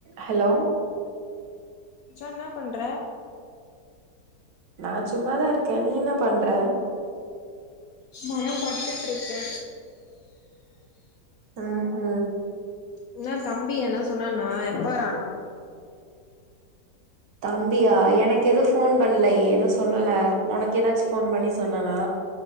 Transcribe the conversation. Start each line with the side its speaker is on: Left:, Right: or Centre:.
Right: Hello
Left: மச்சா என்னா பண்ற
Right: நான் சும்மாதா இருக்கே நீ என்ன பண்ற
Left: சும்மாதா படுத்துட் இருக்கே
Right: ஆ ஹ
Left: என்ன தம்பி என்னா சொன்னானா எப்ப வரானா
Right: தம்பியா எனக்கு எது ஃபோன் பண்ல எது சொல்லல உனக்கு எதாச்சு ஃபோன் பண்ணி சொன்னானா